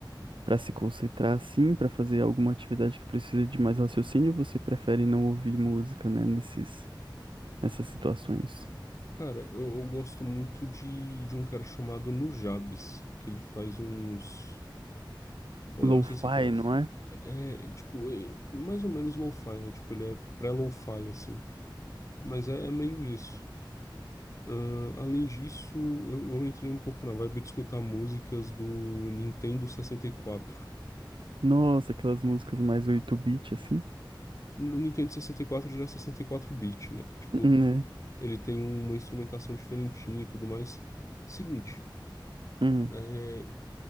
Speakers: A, on the right (about 80°); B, on the left (about 40°).
A: pra se concentrar, assim, pra fazer alguma atividade que precisa de mais raciocínio? Ou você prefere não ouvir música, né? Nesses, nessas situações.
B: Cara, eu, eu gosto muito de, de um cara chamado Nujabes, que ele faz uns. Eu
A: Lo-fi,
B: não sei se você conhece.
A: não é?
B: É, tipo, é mais ou menos lo-fi, né? Tipo, ele é pré-lo-fi, assim. Mas é, é meio isso. Ah, além disso, eu, eu entrei um pouco na vibe de escutar músicas do Nintendo sessenta e quatro.
A: Nossa, aquelas músicas mais 8-bit, assim.
B: No Nintendo sessenta e quatro já é 64 bit né? Tipo,
A: Né?
B: ele tem uma instrumentação diferentinha e tudo mais. Seguinte.
A: Hum.
B: é,